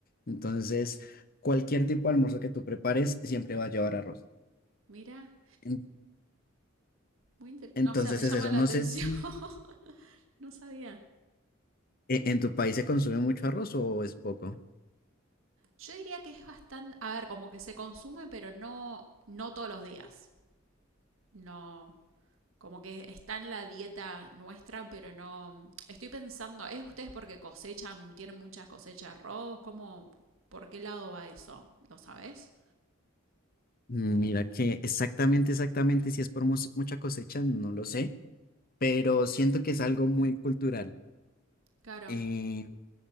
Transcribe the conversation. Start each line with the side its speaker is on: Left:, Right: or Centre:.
Left: Entonces, cualquier tipo de almuerzo que tú prepares siempre va a llevar arroz.
Right: Mira,
Left: En-
Right: muy interesante.
Left: Entonces
Right: O sea, me llama
Left: es eso.
Right: la
Left: No
Right: atención.
Left: sé si
Right: <laughs> No sabía.
Left: e- en tu país se consume mucho arroz o es poco.
Right: Yo diría que es bastante, a ver, como que se consume, pero no, no todos los días. No, como que está en la dieta nuestra, pero no. Estoy pensando, ¿es ustedes porque cosechan, tienen muchas cosechas de arroz? ¿Cómo, por qué lado va eso? ¿Lo sabes?
Left: Mm, Mira que exactamente, exactamente, si es por mus- mucha cosecha, no lo sé, pero siento que es algo muy cultural.
Right: Claro,
Left: eh,